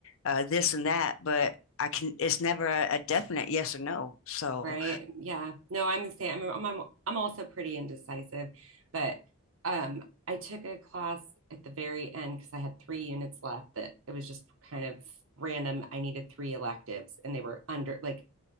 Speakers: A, on the left; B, on the right.
A: uh, this and that, but I can. It's never a, a definite yes or no. So
B: right. Yeah. No, I'm the same. I'm I'm I'm also pretty indecisive, but um I took a class at the very end because I had three units left that it was just kind of random. I needed three electives and they were under like